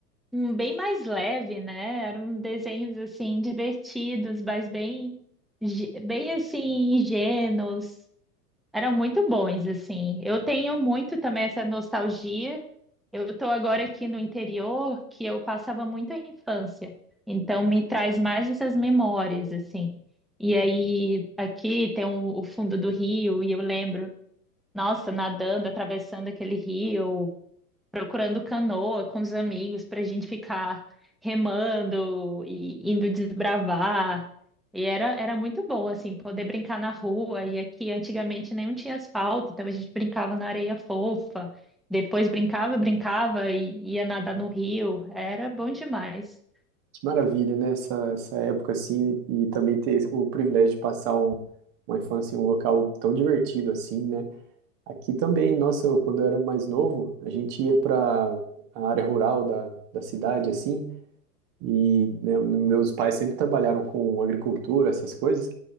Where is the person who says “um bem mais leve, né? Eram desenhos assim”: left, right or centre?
Centre